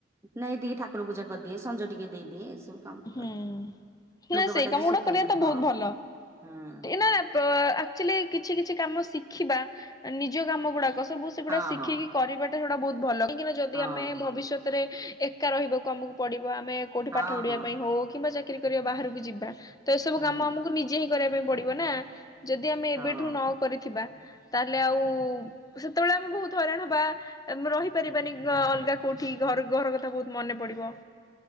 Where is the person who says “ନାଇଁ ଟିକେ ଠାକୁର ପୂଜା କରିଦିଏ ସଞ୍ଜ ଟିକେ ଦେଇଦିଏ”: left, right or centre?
Right